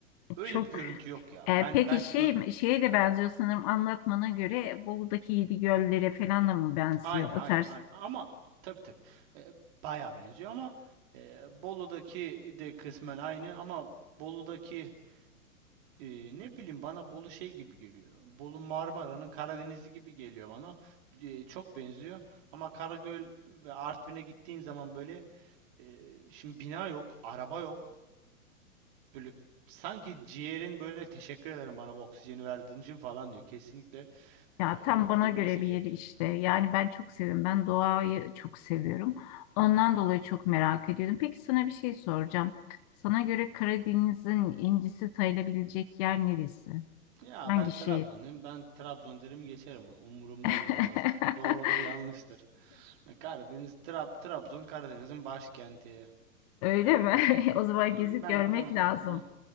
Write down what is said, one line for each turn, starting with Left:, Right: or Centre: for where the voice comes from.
Right: öyle
Left: Çok
Right: bir görüntü yok ya.
Left: E,
Right: Ben
Left: peki
Right: ben
Left: şey,
Right: ö-
Left: şeye de benziyor sanırım anlatmana göre Bolu'daki yedi göllere falan da mı benziyor
Right: Aynı
Left: o
Right: aynı
Left: tarz?
Right: aynı ama tabii tabii e, bayağı benziyor ama e, Bolu'daki de kısmen aynı ama Bolu'daki e, ne bileyim bana Bolu şey gibi geliyor. Bolu Marmara'nın Karadeniz'i gibi geliyor bana. E, çok benziyor ama Karagöl ve Artvin'e gittiğin zaman böyle e, şimdi bina yok, araba yok. Böyle sanki ciğerin böyle teşekkür ederim bana bu oksijeni verdiğin için falan diyor. Kesinlikle e,
Left: Ya tam bana
Right: gidilmesi
Left: göre bir
Right: gerekiyor.
Left: yeri işte. Yani ben çok seviyorum. Ben doğayı çok seviyorum. Ondan dolayı çok merak ediyordum. Peki sana bir şey soracağım. Sana göre Karadeniz'in incisi sayılabilecek yer neresi?
Right: Ya
Left: Hangi
Right: ben
Left: şehir?
Right: Trabzonluyum. Ben Trabzon derim geçerim onu. Umurumda
Left: <laughs>
Right: bile olmaz. Doğrudur yanlıştır. Ha, Karadeniz, Trab Trabzon Karadeniz'in başkenti.
Left: Öyle mi? <laughs> O zaman
Right: Ha,
Left: gezip
Right: Ben
Left: görmek
Right: onu,
Left: lazım.
Right: o-